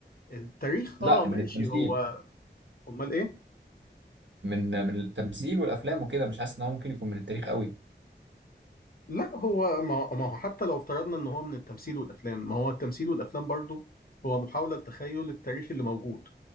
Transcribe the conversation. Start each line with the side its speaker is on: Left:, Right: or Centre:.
Left: التاريخ
Right: لا
Left: اه ماشي
Right: من التمثيل
Left: هو امال ايه
Right: من من التمثيل والافلام وكده مش حاسس ان هو ممكن يكون من التاريخ قوي
Left: لا هو ما ما هو حتى لو افترضنا ان هو من التمثيل والافلام ما هو التمثيل والافلام برضو هو محاولة لتخيل التاريخ اللي موجود